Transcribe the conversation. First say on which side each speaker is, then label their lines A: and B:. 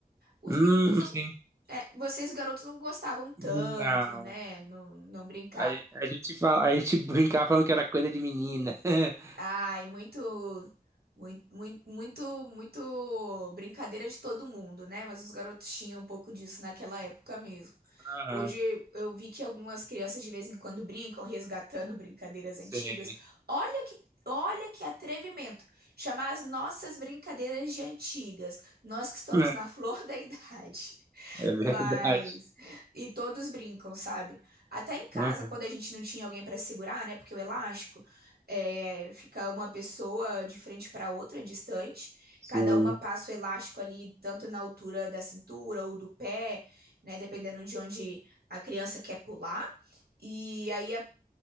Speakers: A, on the right; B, on the right.
A: Os
B: Hum,
A: meninos não.
B: sim.
A: é, vocês, garotos, não gostavam tanto,
B: Não.
A: né? Não, não brincavam.
B: A, a gente fala, a gente brincava falando que era coisa de menina. <laughs>
A: Ai, muito, muito, muito, muito, muito brincadeira de todo mundo, né? Mas os garotos tinham um pouco disso naquela época mesmo.
B: Aham,
A: Hoje eu vi que algumas crianças de vez em quando brincam, resgatando brincadeiras
B: sim.
A: antigas. Olha que, olha que atrevimento! Chamar as nossas brincadeiras de antigas, nós que estamos
B: É
A: na <laughs> flor da idade.
B: é verdade.
A: Mas. E todos brincam, sabe? Até em casa,
B: Aham,
A: quando a gente não tinha alguém para segurar, né? Porque o elástico é, fica uma pessoa de frente para outra, distante.
B: sim.
A: Cada uma passa o elástico ali, tanto na altura da cintura ou do pé, né? Dependendo de onde a criança quer pular. E aí a